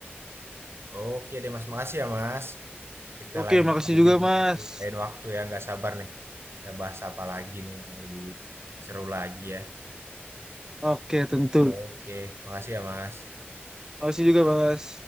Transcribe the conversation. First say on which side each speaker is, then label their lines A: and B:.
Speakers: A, on the right (about 85°); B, on the right (about 15°).
A: Oke deh Mas, makasih ya Mas. Kita
B: Oke,
A: lanjut
B: makasih
A: lagi
B: juga Mas.
A: di lain waktu ya, nggak sabar nih. Kita bahas apa lagi nih yang lebih seru lagi ya.
B: Oke, tentu.
A: Oke, makasih ya Mas.
B: Makasih juga Mas.